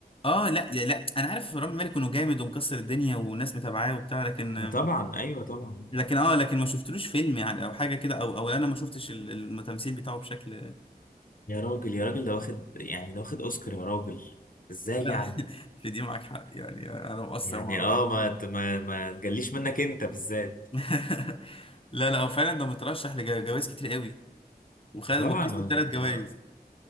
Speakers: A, on the left; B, on the left.
A: اه لا يا لا انا عارف رامي مالك انه جامد ومكسر الدنيا وناس متابعاه وبتاع لكن
B: ما طبعا أيوه طبعا
A: لكن اه لكن ما شفتلوش فيلم يعني او حاجه كده او او انا ما شفتش ال- ال- التمثيل بتاعه بشكل
B: يا راجل يا راجل ده واخد يعني ده واخد أوسكار يا راجل إزاي
A: لا
B: يعني
A: <laughs> في دي معاك حق يعني انا مقصر
B: يعني
A: مع الراجل
B: اه ما ت- ما ما تجليش منك انت بالذات
A: <laughs> لا لا هو فعلا ده مترشح لجوائز كتير قوي وخد
B: طبعا
A: وكسب
B: ما
A: ثلاث جوائز
B: ما,